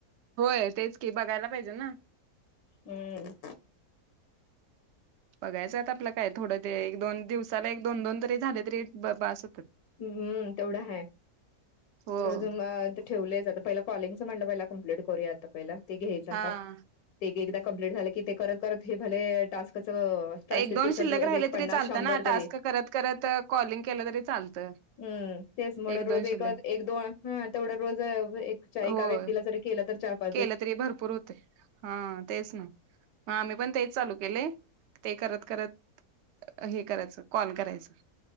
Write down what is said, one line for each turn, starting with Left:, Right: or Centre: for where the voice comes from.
Right: होय तेच की बघायला पाहिजे ना
Left: हम्म
Right: बघायचं आहेत आपलं काय थोडं ते एक दोन दिवसाला एक दोन दोन तरी झाले तरी बस होतात
Left: हम्म तेवढा हाय
Right: हो
Left: रोज म ठेवलं तर पहिल कॉलिंगच म्हटलं पहिल कम्प्लीट करूया आता पहिले ते घ्यायच हातात
Right: हा
Left: ते एकदा कमप्लीट झालं की ते करत करत हे भले टास्क कस ट्रान्स्क्रिप्शन
Right: एक दोन शिल्लक राहिले
Left: एकन्नास
Right: तरी चालतं
Left: शंभर
Right: ना टास्क
Left: तरी <inaudible>
Right: करत करत कॉलिंग केलं तरी चालतं.
Left: हम्म तेच म्हणून
Right: दोन
Left: रोज एक
Right: शिल्लक
Left: एक दोन ह तेवढं रोज एक एका
Right: होय
Left: व्यक्तीला जरी केलं तर चार-पाच
Right: केलं तरी भरपूर होते हा तेच ना मग आम्ही पण तेच चालू केलय ते करत करत हे करायचं कॉल करायचं